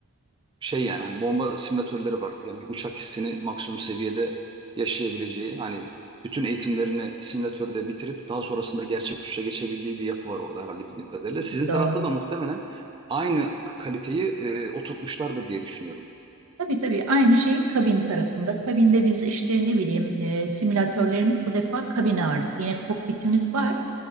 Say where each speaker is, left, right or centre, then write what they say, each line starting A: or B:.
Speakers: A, on the right (about 20°); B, on the right (about 80°).
A: şey yani hani bomba simülatörleri var. Yani bir uçak hissini maksimum seviyede yaşayabileceği hani bütün eğitimlerini simülatörde bitirip daha sonrasında gerçek uçuşa geçebildiği bir yapı var orada herhalde bildiğim kadarıyla. Sizin
B: Doğru.
A: tarafta da muhtemelen aynı kaliteyi e, oturtmuşlardır diye düşünüyorum.
B: Tabii tabii aynı şey kabin tarafında. Kabinde biz işte ne bileyim e, simülatörlerimiz bu defa kabin ağırlık. Yine kokpitimiz var.